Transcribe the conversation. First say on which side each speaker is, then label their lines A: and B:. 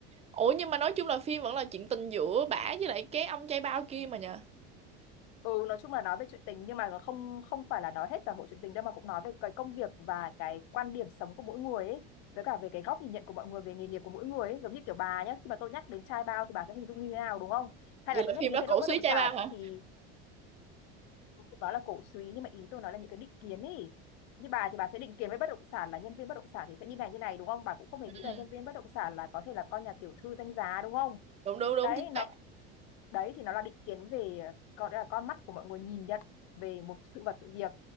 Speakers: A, on the right; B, on the left.
A: Ủa nhưng mà nói chung là phim vẫn là chuyện tình giữa bả với lại cái ông trai bao kia mà nhờ.
B: ừ nói chung là nói về chuyện tình nhưng mà không không phải là nói hết toàn bộ chuyện tình đâu mà cũng nói về cái công việc và cái quan điểm sống của mỗi người ấy với cả về cái góc nhìn nhận của mọi người về nghề nghiệp của mỗi người ấy giống như kiểu bà nhé khi mà tôi nhắc đến trai bao thì bà sẽ hình dung như thế nào đúng không hay
A: Vậy
B: là tôi
A: là
B: nhắc
A: phim
B: đến nhân
A: đó
B: viên
A: cổ
B: bất
A: súy
B: động
A: trai
B: sản
A: bao hả?
B: thì đó là cổ súy nhưng mà ý tôi nói là những cái định kiến ý như bà thì bà sẽ định kiến với bất động sản là nhân viên bất động sản thì sẽ như này như này đúng không bà cũng không hề
A: Ừ.
B: nghĩ là nhân viên bất động sản là có thể là con nhà tiểu thư danh giá đúng không
A: Đúng đúng đúng
B: đấy
A: chính
B: nó
A: xác.
B: đấy thì nó là định kiến về còn là con mắt của mọi người nhìn nhận về một sự vật sự việc